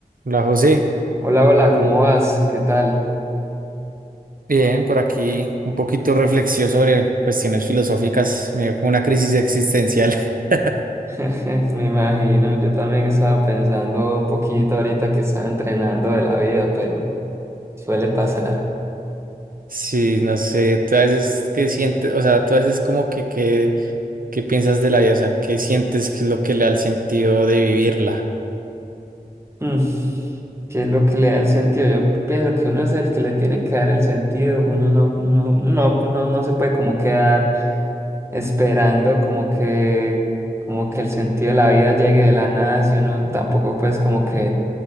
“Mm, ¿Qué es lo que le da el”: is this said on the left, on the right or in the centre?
Right